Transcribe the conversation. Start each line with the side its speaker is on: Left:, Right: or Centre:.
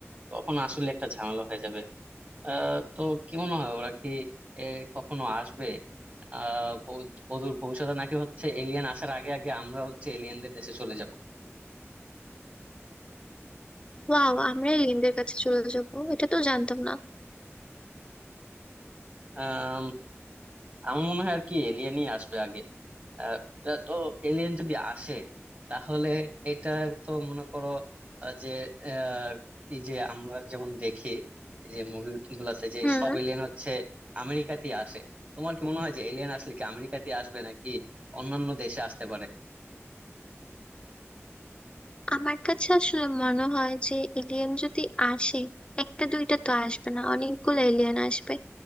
Right: তখন আসলে একটা ঝামেলা হয়ে যাবে আহ তো কি মনে হয় ওরা কি এ, কখনো আসবে আহ ভ- অদূর ভবিষ্যতে নাকি হচ্ছে এলিয়েন আসার আগে আগে আমরা হচ্ছে এলিয়েনদের দেশে চলে
Left: ওয়াও আমরা এলিয়েনদের কাছে চলে যাব এটা তো জানতাম না
Right: যাব আমার মনে হয় আর কি এলিয়েনই আসবে আগে আহ, তো এলিয়েন যদি আসে তাহলে এটা তো মনে করো আহ, যে আহ, এই যে আমরা যেমন দেখি এই যে মুভি গুলাতে যে
Left: হুম
Right: সব এলিয়েন হচ্ছে আমেরিকাতেই আসে তোমার কি মনে হয় যে এলিয়েন আসলে কি আমেরিকাতেই আসবে নাকি অন্যান্য দেশে আসতে পারে
Left: আমার কাছে আসলে মনে হয় যে এলিয়েন যদি আসে একটা দুইটা তো আসবে না অনেকগুলো এলিয়েন আসবে